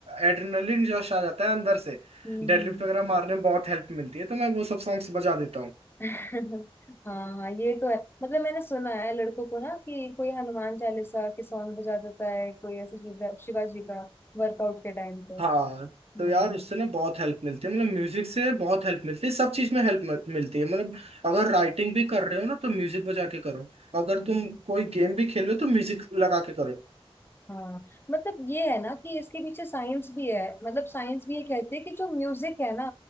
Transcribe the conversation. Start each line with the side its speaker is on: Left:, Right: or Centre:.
Right: एड्रेनलिन जश आ जाता है अंदर से
Left: हम्म।
Right: डेडलिफ्ट वगैरह मारने में बहुत हेल्प मिलती है तो मैं वो सब सॉन्ग्स बजा देता हूँ
Left: हाँ हाँ ये तो है मतलब मैंने सुना है लड़कों को ना कि कोई हनुमान चालीसा के सॉन्ग बजा देता है कोई ऐसे शिवा शिवाजी का वर्कआउट के टाइम पे
Right: हाँ तो
Left: हम्म
Right: यार उससे ना बहुत हेल्प मिलती है मतलब म्यूजिक से बहुत हेल्प मिलती है सब चीज में हेल्प मिलती है मतलब अगर राइटिंग भी कर रहे हो ना तो म्यूजिक बजा के करो अगर
Left: हम्म।
Right: तुम कोई गेम भी खेल रहे हो तो म्यूजिक लगा के करो
Left: हाँ मतलब ये है ना कि इसके पीछे साइंस भी है मतलब साइंस भी ये कहती है कि जो म्यूजिक है ना